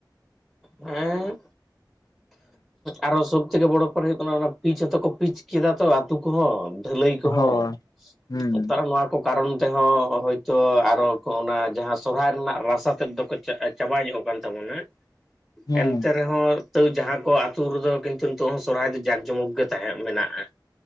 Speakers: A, in the centre; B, on the left.
A: ᱮᱸ ᱟᱨᱚ ᱥᱚᱵ ᱛᱷᱮᱠᱮ ᱵᱚᱲᱚ ᱯᱟᱨ ᱦᱩᱭᱩᱜ ᱠᱟᱱᱟ ᱚᱱᱟ ᱯᱤᱪ ᱦᱚᱸᱛᱚ ᱠᱚ ᱯᱤᱪ ᱠᱤᱫᱟ ᱛᱚ ᱟᱹᱛᱩ ᱠᱚᱦᱚᱸ᱾ ᱰᱷᱟᱹᱞᱟᱹᱭ ᱠᱚᱦᱚᱸ,
B: ᱦᱳᱭ ᱦᱩᱸ
A: ᱱᱮᱛᱟᱨ ᱱᱚᱣᱟ ᱠᱚ ᱠᱟᱨᱚᱱ ᱛᱮᱦᱚᱸ ᱦᱳᱭᱛᱚ ᱟᱨᱚ ᱠᱚ ᱚᱱᱟ ᱡᱟᱦᱟᱸ ᱥᱚᱨᱦᱟᱭ ᱨᱮᱱᱟᱜ ᱨᱟᱥᱟ ᱛᱮᱫ ᱫᱚ ᱠᱚ ᱪᱟᱜ ᱪᱟᱵᱟ ᱧᱚᱜ ᱠᱟᱱ ᱛᱟᱵᱚᱱᱟ,
B: ᱦᱩᱸ
A: ᱮᱱᱛᱮ ᱨᱮᱦ ᱦᱚᱸ ᱛᱟᱹᱣ ᱡᱟᱦᱟᱸ ᱠᱚ ᱟᱹᱛᱩ ᱨᱮᱫᱚ ᱠᱤᱱᱛᱩ ᱱᱤᱛᱚᱜ ᱦᱚᱸ ᱥᱚᱨᱦᱟᱭ ᱫᱚ ᱡᱟᱸᱠ ᱡᱚᱢᱚᱠ ᱜᱮ ᱛᱟᱦᱮᱸ ᱢᱮᱱᱟᱜᱼᱟ᱾